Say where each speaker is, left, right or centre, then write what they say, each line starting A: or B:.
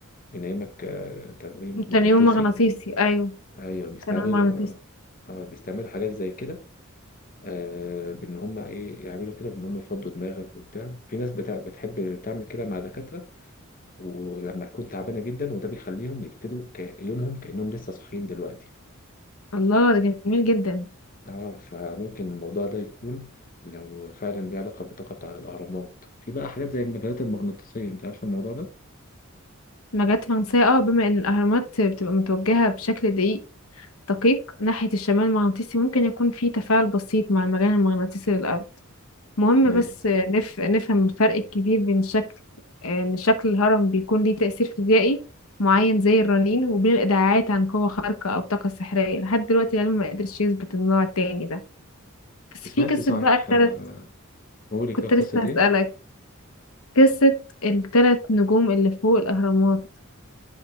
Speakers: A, on the left (about 40°); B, on the left (about 75°).
A: بينامك آه، تنويم مغناطيسي
B: تنويم مغناطيسي أيوه
A: ايوه بيستعملوا
B: تنويم مغناطيسي
A: اه بيستعملوا حاجات زي كده آه، بان هم ايه يعملوا كده بان هم يفضوا دماغك وبتاع في ناس بتاع بتحب تعمل كده مع دكاتره ولما تكون تعبانه جدا وده بيخليهم يبتدوا كا- يومهم كانهم لسه صاحيين دلوقتي
B: الله ده جميل جدا
A: اه فممكن الموضوع ده يكون لو فعلا ليه علاقه بالطاقه بتاع الاهرامات في بقى حاجات زي المجالات المغناطيسيه انت عارفه الموضوع ده
B: مجات فرنسية اه بما ان الاهرامات بتبقى متوجهة بشكل دقيق دقيق ناحية الشمال المغناطيسي ممكن يكون في تفاعل بسيط مع المجال المغناطيسي للأرض مهم
A: ايوه
B: بس نف... نفهم الفرق الكبير بين شكل ان شكل الهرم بيكون ليه تأثير فيزيائي معين زي الرنين وبين الإدعاءات عن قوة خارقة أو طاقة سحرية لحد دلوقتي العلم ما قدرش يثبت النوع التاني ده بس في
A: سمعت
B: قصة
A: صحيح
B: بقى التلت
A: آه، بقول لك
B: كنت
A: إيه، قصه
B: لسه هسألك
A: ايه
B: قصة التلت نجوم اللي فوق الأهرامات